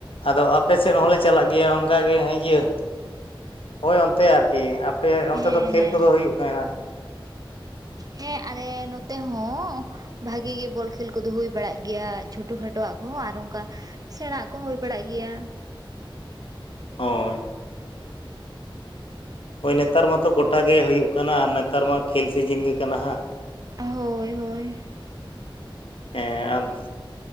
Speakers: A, on the left; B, on the right.
A: ᱟᱫᱚ ᱟᱯᱮ ᱥᱮᱫ ᱦᱚᱸᱞᱮ ᱪᱟᱞᱟᱜ ᱜᱮᱭᱟ ᱚᱱᱠᱟᱜᱮ ᱤᱭᱟᱹ ᱦᱳᱭ ᱚᱱᱛᱮ ᱟᱨᱠᱤ ᱾ ᱟᱯᱮ ᱚᱱᱛᱮ
B: ᱦᱮᱸ
A: ᱫᱚ ᱠᱷᱮᱞ
B: ᱦᱮᱸ
A: ᱠᱚᱫᱚ ᱦᱩᱭᱩᱜ ᱠᱟᱱᱟ ᱾
B: ᱦᱮᱸ ᱟᱞᱮ ᱱᱚᱛᱮ ᱦᱚᱸ ᱵᱷᱟᱜᱤ ᱜᱮ ᱵᱚᱞ ᱠᱷᱮᱞ ᱠᱚᱫᱚ ᱦᱩᱭ ᱵᱟᱨᱟᱜ ᱜᱮᱭᱟ ᱪᱷᱳᱴᱳ ᱠᱷᱟᱴᱚ ᱠᱷᱟᱴᱚ ᱣᱟᱜ ᱠᱚᱦᱚᱸ ᱟᱨ ᱚᱱᱠᱟ ᱥᱮᱬᱟᱜ ᱠᱚᱦᱚ ᱦᱩᱭ ᱵᱟᱲᱟᱜ ᱜᱮᱭᱟ ᱾
A: ᱦᱳᱭ ᱾ ᱦᱳᱭ ᱱᱮᱛᱟᱨ ᱢᱟᱛᱚ ᱜᱚᱴᱟᱜ ᱜᱮ ᱦᱩᱭᱩᱜ ᱠᱟᱱᱟ ᱟᱨ ᱱᱮᱛᱟᱨ ᱢᱟ ᱠᱷᱮᱞ ᱥᱤᱡᱤᱱ ᱜᱮ ᱠᱟᱱᱟ ᱦᱟᱸᱜ ᱾
B: ᱦᱳᱭ ᱦᱳᱭ ᱾
A: <unintelligible>